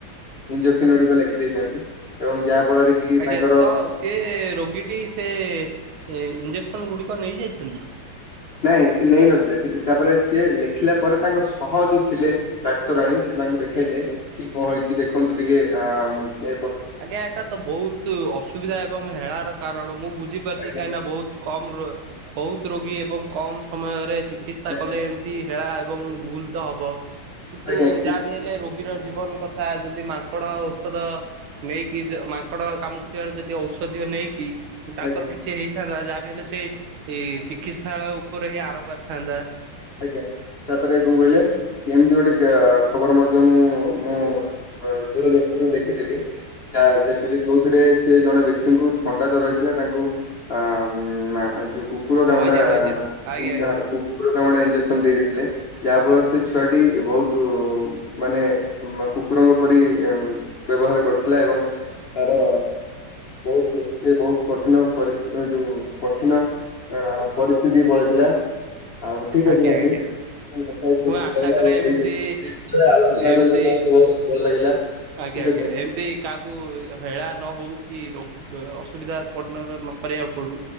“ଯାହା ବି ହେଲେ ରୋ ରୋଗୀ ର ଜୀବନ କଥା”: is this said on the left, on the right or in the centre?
Right